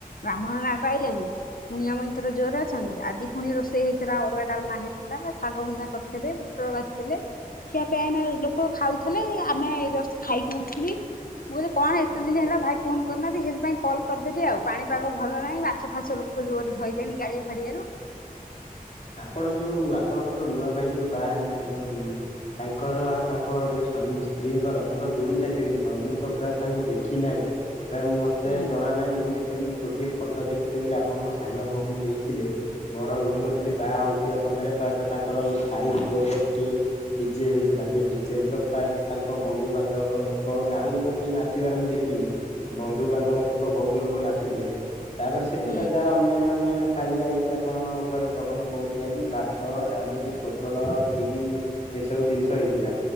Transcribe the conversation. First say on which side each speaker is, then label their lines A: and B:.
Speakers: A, on the left; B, on the left.
A: ବ୍ରାହ୍ମଣ ନାଁ ପାଇଲେଣି? କୁଣିଆ ମଇତ୍ର ଜୋରରେ ଅଛନ୍ତି? ଆଜି ପୁଣି ରୋଷେଇ ହେଇଥିଲା, ଅରୁଆ ଡାଲମା ହେଇଥିଲା ଶାଗ ଭଜା ପୁଟଳ ଭାଜିଥିଲେ, ଖିଆ ପିଆ ହେଇକିନା ଲୋକ ଖାଉ ଥିଲେ ଆମେ ଖାଇକି ଉଠଥିଲି ମୁଁ କହିଲି କଣ ଏତେ ଦିନ ହେଲା ଭାଇ ଫୋନ କରିନାହାନ୍ତି, ସେଥିପାଇଁ କଲ କରିଦେଲି ଆଉ ପାଣିପାଗ ଭଲ ନାହିଁ ମାଛ ଫାସ ଲୋକ ଧରଲେଣି ଗାଡିଆ ଫାଡିଆରୁ
B: ଆପଣ ଯୋଉ ଆପଣଙ୍କର ନୂଆ ଭାଇ ଯୋଉ ବାହା ହେଲେ ଯୋଉ ତାଙ୍କର ଆଉ ତାଙ୍କ ଯୋଉ ସ୍ୱାମୀ ସ୍ତ୍ରୀଙ୍କର ତାଙ୍କ ଯୋଡିଟା କେମିତି କଣ ମୁଁ ତ ପ୍ରାୟ ତାଙ୍କୁ ଦେଖି ନାହିଁ ପ୍ରାୟ ମତେ
A: ହୁଁ
B: ଜଣା ନାହିଁ ମୁଁ କରିକି ଗୋଟିଏ ଫଟୋ ଦେଖିଥିଲି ଆପଣଙ୍କ ସାନ ଭଉଣୀ ଦେଇଥିଲେ, ବଡ ଘୁମୁ ବାହା ହଉଥିବା ସମୟରେ ପ୍ରାୟତଃ ତାଙ୍କର ସାହି ପୁଅର ଗୋଟେ ଡିଜେ ହେଇଥିଲା ସେ ଡିଜେ ରେ ତ ପ୍ରାୟ ତାଙ୍କ ବନ୍ଧୁବାନ୍ଧବ ଲୋକ ଗାଁ ଲୋକ କେହି ନା ନାଚିବାର ମୁଁ ଦେଖିନି, ବନ୍ଧୁବାନ୍ଧବକ ବହୁତ ଲୋକ ନାଚୁଥିଲେ ତାପରେ ସେଠି
A: ହୁଁ
B: ତ ଯାହା ଅନ୍ୟାନ୍ୟ ଅନ୍ୟାନ୍ୟ ଖାଇବା ହେଇଥିଲା କଣ କୁଆଡେ ଜଗନ କହୁଥିଲା କି ଭାତ ଡାଲି ପୋଟଳ କ୍ଷୀରି ଏସବୁ ଜିନିଷ ହେଇଥିଲା